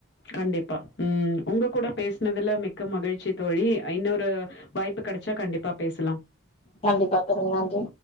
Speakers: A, on the left (about 60°); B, on the left (about 30°).
A: கண்டிப்பா ம் உங்க கூட பேசினதுல மிக்க மகிழ்ச்சி தோழி இன்னொரு வாய்ப்பு கெடச்சா கண்டிப்பா பேசலா
B: கண்டிப்பா சொல்லங்க நன்றி